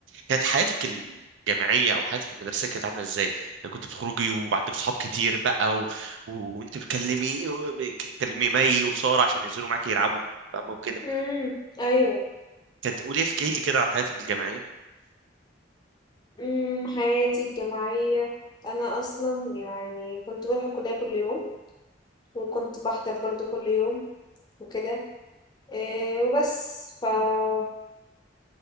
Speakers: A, on the right (about 80°); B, on the left (about 25°).
A: كانت حياتك الجامعيه او حياتك المدرسيه كانت عامله ازاي يعني كنت بتخرجي وعندك صحاب كتير بقى و... و... وانت بتكلمي بتكلمي مي وساره عشان ينزلوا معاكي يلعبوا فاهمه وكده
B: مم. ايوه
A: كانت قولي احكي لي كده عن حياتك الجامعيه
B: امم، حياتي الجامعية أنا أصلا يعني كنت بروح الكلية كل يوم وكنت بحضر برضو كل يوم وكده إيه وبس فقول